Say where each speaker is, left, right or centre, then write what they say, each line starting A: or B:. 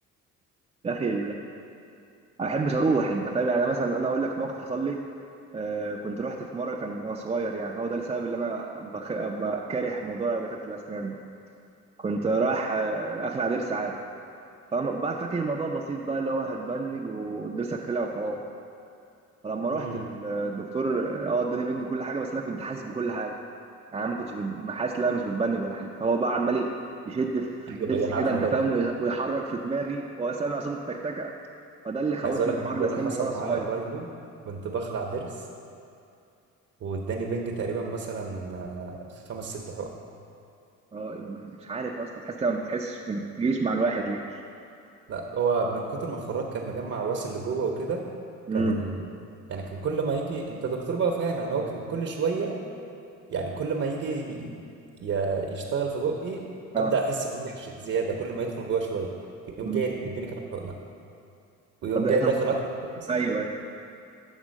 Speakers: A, on the right (about 20°); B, on the right (about 50°).
A: يا اخي انا احبش اروح انت فاهم يعني أنا مثلا انا اقول لك موقف حصل لي آه كنت رحت في مره كان وانا صغير يعني هو ده السبب اللي انا بخ... بكاره موضوع دكاتره الاسنان كنت رايح آه اخلع ضرس عادي فاهم بقى فاكر الموضوع بسيط بقى اللي هو هتبنج والضرس هتخلع وخلاص فلما رحت
B: امم
A: ال- الدكتور اه اداني بنج وكل حاجه بس انا كنت حاسس بكل حاجه يعني انا ما كنتش ب- حاسس ان انا مش متبنج ولا حاجه فهو بقى عمال يشد في
B: أيوه
A: الضرس
B: أيوه أنا
A: كده
B: عارف
A: انت
B: الموضوع
A: فاهم
B: ده
A: ويح- ويحرك في دماغي وسامع صوت التكتكه فده اللي خوفني
B: عايز اقول لك
A: من
B: الموضوع
A: حوار الاسنان
B: ده حصل
A: من وانا صغير
B: معايا قريب كنت بخلع ضرس واداني بنج تقريبا مثلا آه، خمس ست حقن
A: اه مش عارف يا اسطى تحس لما ما بتحسش ما بتجيش مع الواحد ليه
B: لا هو من كتر ما الخراج كان مجمع واصل لجوه وكده
A: امم
B: كان ال... يعني كان كل ما يجي انت دكتور بقى فاهم يعني هو كان كل شويه يعني كل ما يجي ي... يشتغل في بقي
A: اه
B: ابدا احس بوجع ش- زياده كل ما يدخل جوه شويه يقوم
A: مم.
B: جاي مديني كمان حقنه ويقوم
A: طب
B: جاي داخل
A: طب
B: اكتر من كده مثلاً.
A: ايوه ايوه